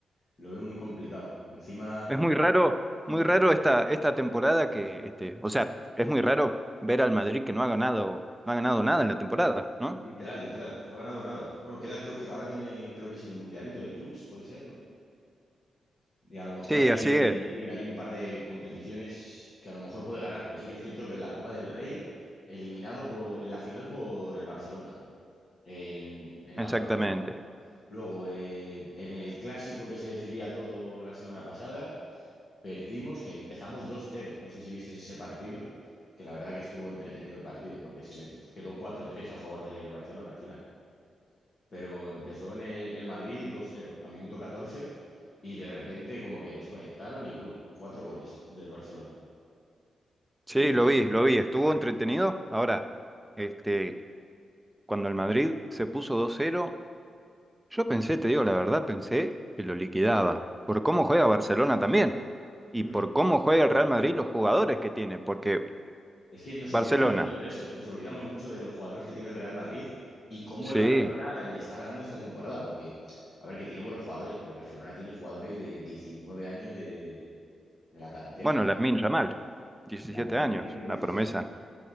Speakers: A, on the left; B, in the centre.
A: lo veo muy complicado. Encima,
B: Es muy raro, muy
A: hmm,
B: raro esta, esta temporada que, este, o sea, es muy raro ver al Madrid que no ha ganado, no ha ganado nada en la temporada, ¿no?
A: literal, literal, no ha ganado nada. Bueno, queda, creo que ahora viene, creo que es el Mundialito de Clubs, puede ser, ¿no? Y a lo mejor
B: Sí,
A: hay,
B: así es,
A: sí, hay un par de competiciones que a lo mejor puede ganar, pero sí que es cierto que en la Copa del Rey, eliminado por, en la final por el Barcelona, en, en
B: exactamente.
A: la prórroga. Luego, eh, en el clásico que se decidía todo la semana pasada, perdimos que empezamos dos cero No sé si viste ese partido, que la verdad que estuvo entretenido el partido, porque se meti- quedó cuatro tres a favor del Barcelona al final pero empezó en el, el Madrid dos cero a minuto 14 y de repente como que desconectaron y ¡pum! Cuatro goles del Barcelona.
B: Sí,
A: Y
B: lo vi, lo vi, estuvo entretenido. Ahora, este, cuando el Madrid se puso dos cero, yo pensé, te digo la verdad, pensé que lo liquidaba, por cómo juega Barcelona también, y
A: mm,
B: por cómo juega el Real Madrid y los jugadores que tiene, porque
A: es que nos
B: Barcelona,
A: olvidamos mucho de eso, ¿eh? Nos olvidamos mucho de los jugadores que tiene el Real Madrid y cómo
B: sí,
A: el Barcelona le está ganando esta temporada, porque, a ver, que tiene buenos jugadores, pero el Barcelona tiene jugadores de 19 años de, de la cantera.
B: bueno, Lamine Yamal, 17
A: Lamine
B: años,
A: tiene diecisiete
B: una promesa.